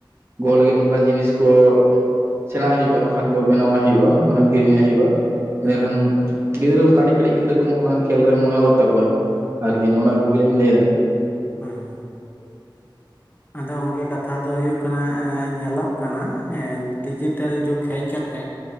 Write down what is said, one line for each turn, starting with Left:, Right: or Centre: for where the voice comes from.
Right: ᱜᱚᱦᱚᱲ ᱞᱟᱹᱜᱤᱫ ᱱᱚᱝᱠᱟᱱ ᱡᱤᱱᱤᱥ ᱠᱚ <inaudible> ᱥᱮᱬᱟᱣᱟᱭ ᱦᱩᱭᱩᱜ-ᱟ ᱵᱟᱠᱷᱟᱱ ᱫᱚ ᱵᱮᱱᱟᱣᱟᱭ ᱦᱩᱭᱩᱜ-ᱟ ᱾ ᱠᱤᱨᱤᱧᱟᱭ ᱟᱭ ᱦᱩᱭᱩᱜ-ᱟ᱾ <inaudible> ᱮᱸᱰᱮᱠᱷᱟᱱ
Left: ᱦᱮᱸ
Right: ᱜᱤᱫᱽᱨᱟᱹ ᱠᱟᱹᱴᱤᱡ ᱠᱟᱹᱴᱤᱡ ᱜᱤᱫᱽᱨᱟᱹ ᱠᱚᱦᱚᱸ ᱚᱱᱟ ᱠᱷᱮᱹᱞ ᱨᱮ ᱢᱚᱱᱮ ᱚᱨ ᱛᱟᱠᱚᱣᱟᱭ ᱾ ᱟᱨᱠᱤ ᱱᱚᱜ-ᱱᱟ ᱠᱩᱜᱮ ᱞᱤᱧ ᱞᱟᱹᱭ ᱮᱫᱟ ᱾ <inaudible>
Left: ᱦᱩᱸ ᱦᱩᱸ ᱾ ᱟᱫᱚ ᱜᱚᱝᱠᱮ ᱠᱟᱛᱷᱟ ᱫᱚ ᱦᱩᱭᱩᱜ ᱠᱟᱱᱟ ᱮ ᱧᱮᱞᱚᱜ ᱠᱟᱱᱟ ᱦᱮ ᱰᱤᱡᱤᱴᱮᱞ ᱡᱩᱜᱽ ᱦᱮᱡ ᱠᱟᱛᱮᱜ